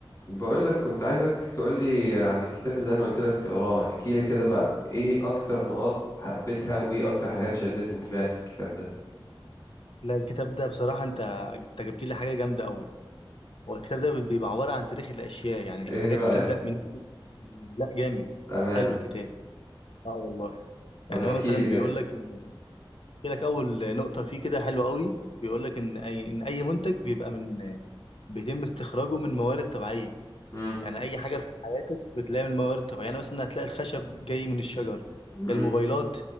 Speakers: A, on the left; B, on the left.
A: بقولك كنت عايزك تقولي عن الكتاب اللي انا قلتلك تقراه احكيلي كده بقى ايه اكتر نقاط حبيتها وايه اكتر حاجات شدت انتباهك في الكتاب ده
B: لا الكتاب ده بصراحة أنت أنت جبت لي حاجة جامدة أوي هو الكتاب ده بيبقى عبارة عن تاريخ الأشياء يعني الحاجات
A: ايه رأيك
B: بتبدأ من لا جامد
A: بأمانة
B: حلو الكتاب اه والله
A: طب
B: يعني
A: احكيلي
B: هو مثلا
A: كده
B: بيقول لك إن- بيقول لك أول نقطة فيه كده حلوة أوي بيقول لك إن أي إن أي منتج بيبقى من بيتم استخراجه من موارد طبيعية
A: امم
B: يعني أي حاجة في حياتك بتلاقي من موارد طبيعية يعني مثلا هتلاقي الخشب جاي من الشجر
A: امم
B: الموبايلات